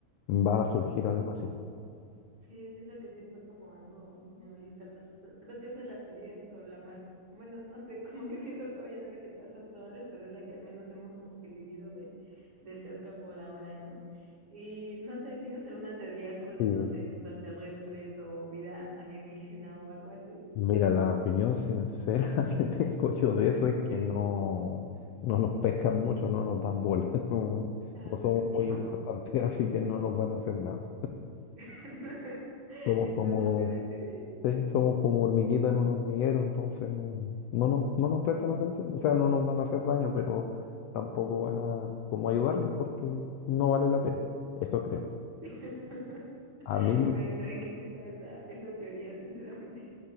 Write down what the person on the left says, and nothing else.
va a surgir algo así.
Sí.
Mira, la opinión sincera <laughs> que tengo yo de eso es que
no,
no nos pescan mucho, no nos dan bola, <laughs> no,
no
somos muy
importantes, así que no nos van a hacer nada.
Somos
como,
Sí, somos como hormiguitas en un hormiguero, entonces no, no nos, no nos prestan atención. O sea, no nos van a hacer daño, pero tampoco van a como ayudarnos porque no vale la pena. Eso creo.
A mí, la-